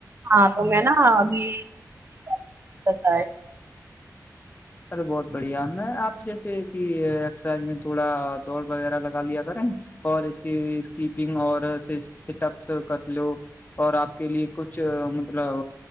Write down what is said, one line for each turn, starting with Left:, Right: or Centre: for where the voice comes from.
Right: ہاں تو میں نا ابھیتا ہے
Left: ارے بہت بڑھیا میں آپ جیسے کہ ایکسرسائز میں تھوڑا دوڑ وغیرہ لگا لیا کریں اور اس کی کیپنگ اور سٹ اپس کر لو اور آپ کے لیے کچھ مطلب